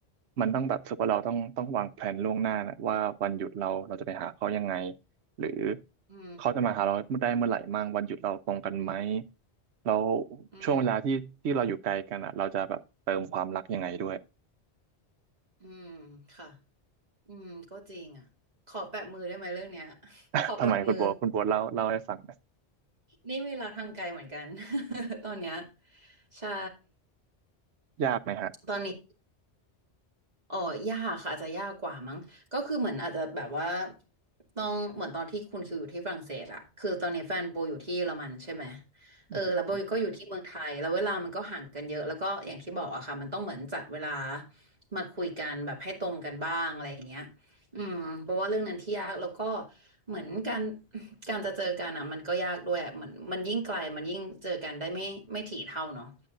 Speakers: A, on the right; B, on the right.
A: มันต้องแบบรู้สึกว่าเราต้องต้องวางแผนล่วงหน้านะว่าวันหยุดเราเราจะไปหาเขายังไงหรือ
B: อืม
A: เขาจะมาหาเราได้เมื่อไหร่มั่งวันหยุดเราตรงกันไหมแล้ว
B: อืม
A: ช่วงเวลาที่ที่เราอยู่ไกลกันอ่ะเราจะแบบเติมความรักยังไงด้วย
B: อืมค่ะอืมก็จริงอ่ะขอแปะมือได้ไหมเรื่องเนี้ย <laughs>
A: <laughs>
B: ขอแปะมือ
A: ทำไมคุณโบวคุณโบวเล่าเล่าให้ฟังหนะ
B: นี่มีรักทางไกลเหมือนกัน <laughs> ตอนเนี้ยใช่
A: ยากไหมฮะ
B: ตอนนี้ อ๋อยากค่ะอาจจะยากกว่ามั้งก็คือเหมือนอาจจะแบบว่าต้องเหมือนตอนที่คุณคิวอยู่ที่ฝรั่งเศสอะคือตอนนี้แฟนโบอยู่ที่เยอรมันใช่ไหมเออแล้วโบก็อยู่ที่เมืองไทยแล้วเวลามันก็ห่างกันเยอะแล้วก็อย่างที่บอกอะค่ะมันต้องเหมือนจัดเวลา
A: อืม
B: มาคุยกันแบบให้ตรงกันบ้างอะไรอย่างเงี้ยอืมเพราะว่าเรื่องนั้นที่ยากแล้วก็เหมือนการการจะเจอกันอะมันก็ยากด้วยอะเหมือนมันยิ่งไกลมันยิ่งเจอกันได้ไม่ไม่ถี่เท่าเนาะ